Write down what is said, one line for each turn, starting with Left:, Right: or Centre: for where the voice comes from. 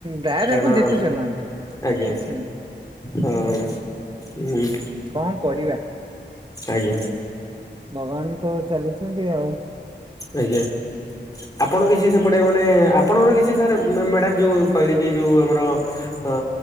Right: ଡାୟାର
Left: କାରଣ
Right: ଆପଣ ଯେତେ ଚଲାନ୍ତୁ।
Left: ଆଜ୍ଞା
Right: କିଛି ନାହିଁ
Left: ହଁ। ହୁଁ
Right: କଣ କରିବା
Left: ଆଜ୍ଞା।
Right: ଭଗବାନ ତ ଚାଲୁଚନ୍ତି ଆଉ।
Left: ଆଜ୍ଞା। ଆପଣ କିଛି ସେପଟେ ମାନେ ଆପଣଙ୍କର କିଛି ସାର୍ ମା ମ୍ୟାଡାମ ଯୋଉ କହିଲେ କି ଯୋଉ ଆମର ଅ